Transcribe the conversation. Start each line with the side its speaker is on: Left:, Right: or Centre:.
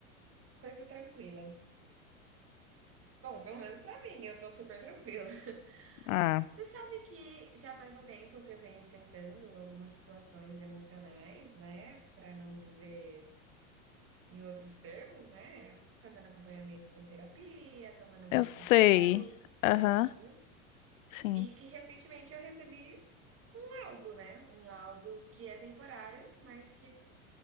Right: Coisa tranquila. Bom, pelo menos pra mim, eu tô super tranquila. <laughs>
Left: Ah,
Right: Você sabe que já faz um tempo que eu venho enfrentando algumas situações emocionais, né? Pra não dizer Em outros termos, né, fazendo acompanhamento com terapia, tomando a medicação,
Left: eu sei.
Right: tudo
Left: Aham,
Right: certinho.
Left: sim.
Right: E que recentemente eu recebi um laudo, né? Um laudo que é temporário, mas que